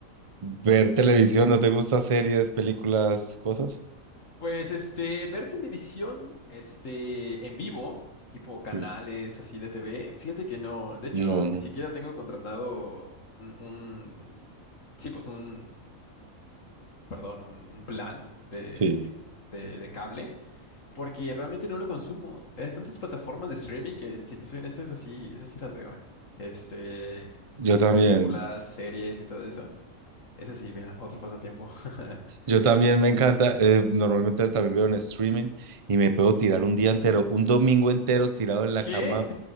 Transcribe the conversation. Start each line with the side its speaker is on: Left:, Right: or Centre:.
Right: Ver televisión, ¿no te gusta series, películas, cosas?
Left: Pues este, ver televisión, este, en vivo, tipo canales
Right: Sí.
Left: así de TV, fíjate que no, de hecho,
Right: No,
Left: ni
Right: no.
Left: siquiera tengo contratado un, un- sí, pues un, perdón, un, un plan de,
Right: Sí.
Left: de, de cable, porque realmente no lo consumo. Hay tantas plataformas de streaming que, si te soy honesto, es así, esas sí las veo, eh. Este,
Right: Yo también,
Left: películas, series y todo eso. Es así, mira, otro pasatiempo. <laughs>
Right: yo también me encanta, eh, normalmente también veo en streaming y me puedo tirar un día entero, un domingo entero tirado en la
Left: ¿Qué?
Right: cama